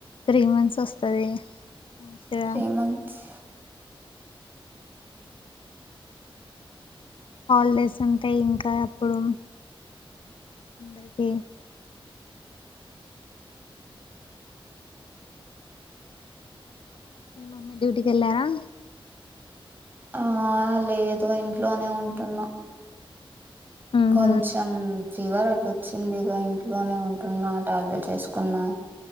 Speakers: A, on the left; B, on the right.
A: త్రీ మంత్స్ వస్తది మంచిగా
B: త్రీ మంత్స్
A: హాలిడేస్ ఉంటాయి ఇంకా అప్పుడు అందరికి మీ మమ్మీ డ్యూటీకి వెళ్ళారా
B: ఆ లేదు ఇంట్లోనే ఉంటున్నా
A: ఉహు
B: కొంచెం ఫీవర్ అట్లా వచ్చింది ఇగ ఇంట్లోనే ఉంటున్నా టాబ్లెట్ వేసుకున్నా